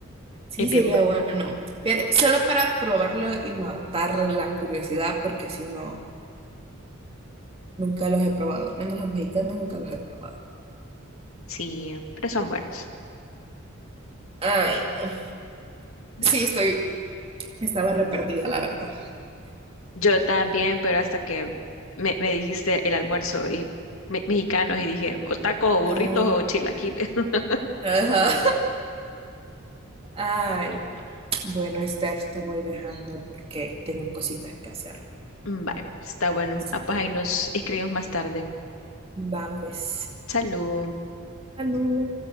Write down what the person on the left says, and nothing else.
Es
bien bueno.
Sí, pero son buenos.
Vaya.
Yo también, pero hasta que me, me dijiste el almuerzo y me- mexicanos y dije o tacos o burritos
o chilaquiles. <laughs>
Vaya, está bueno.
Ah, pues
ahí nos escribimos más tarde.
Salud.